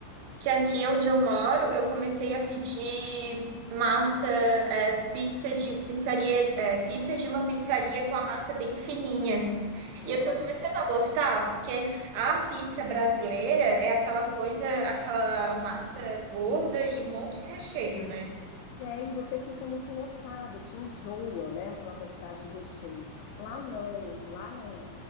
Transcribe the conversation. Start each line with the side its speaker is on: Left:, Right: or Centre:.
Right: que aqui onde eu moro, eu comecei a pedir massa, é, pizza de pizzaria, é, pizza de uma pizzaria com a massa bem fininha.
Left: é
Right: E
Left: maravilhoso.
Right: eu tô começando a gostar, porque a pizza brasileira é aquela coisa, aquela massa gorda e um monte de recheio, né?
Left: E aí você fica muito lotada, te enjoa, né? Aquela quantidade de recheio. Lá não, lá é,